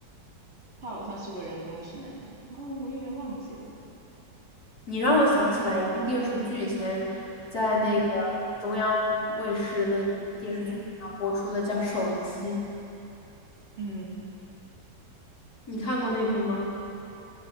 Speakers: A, on the right; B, on the left.
A: 他好像是个人工智能，啊、我有点忘记了。
B: 你让我想起来一部电视剧，以前在那个
A: 嗯
B: 中央卫视那个电视剧频道播出的，
A: 嗯
B: 叫《手机》，
A: 嗯，
B: 你看过那部吗？